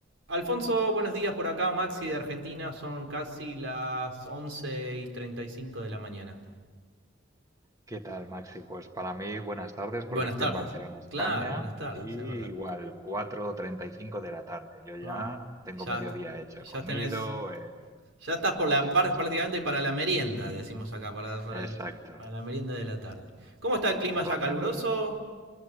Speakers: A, on the right; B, on the right.
A: Alfonso, buenos días por acá, Maxi de Argentina, son casi las 11 y 35 de la mañana.
B: ¿Qué tal, Maxi? Pues para mí buenas tardes porque
A: Buenas
B: estoy
A: tardes.
B: en Barcelona, España,
A: Claro, buenas tardes,
B: y
A: es verdad.
B: igual 4:35 de la tarde. Yo ya
A: Ah,
B: tengo
A: ya
B: mediodía
A: está.
B: hecho, he comido,
A: Ya tenés.
B: eh,
A: Ya estás por la parte
B: ya
A: prácticamente
B: está.
A: para la merienda, decimos acá, para, para,
B: Exacto,
A: el- para la merienda de la tarde. ¿Cómo está el clima
B: ya arrancando
A: ya caluroso?
B: el otro.